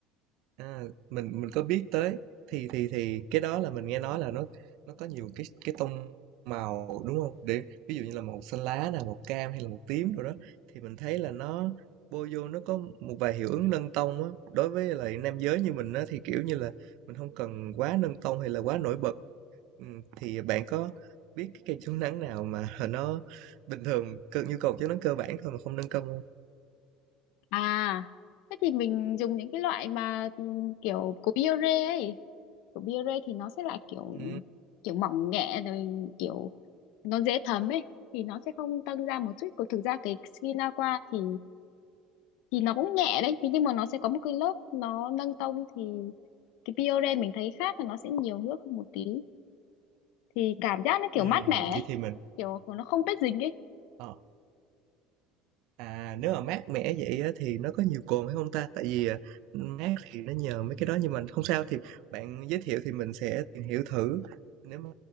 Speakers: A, on the right; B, on the left.
A: a, mình mình có biết tới, thì thì thì cái đó là mình nghe nói là nó nó có nhiều cái cái tông màu, đúng không Để ví dụ như là màu xanh lá nè, màu cam hay là màu tím rồi đó, thì mình thấy là nó bôi vô nó có một vài hiệu ứng nâng tông á. Đối với lại nam giới như mình á, thì, kiểu như là, mình không cần quá nâng tông hay là quá nổi bật, Ừ, thì bạn có biết cái cây chống nắng nào mà <laughs> nó bình thường cơ, nhu cầu chống nắng cơ bản thôi mà không nâng công không?
B: À thế thì mình dùng những cái loại mà ừm, kiểu của Biore ấy, của Biore thì nó sẽ là kiểu
A: Ừ,
B: kiểu mỏng nhẹ rồi kiểu nó dễ thấm ấy thì nó sẽ không tăng ra một chút. Còn thực ra cái skin aqua thì thì nó cũng nhẹ đấy, thế nhưng mà nó sẽ có một cái lớp nó nâng tông thì cái Biore mình thấy khác là nó sẽ nhiều nước hơn một tí thì cảm giác nó kiểu
A: ừ,
B: mát mẻ
A: vậy
B: ấy,
A: thì mình
B: kiểu nó không bết dính ấy
A: ờ, À nếu mà mát mẻ vậy á, thì nó có nhiều cồn hay không ta? Tại vì à, mát thì nó nhờ mấy cái đó nhưng mà không sao thì bạn giới thiệu thì mình sẽ tìm hiểu thử. Nếu mà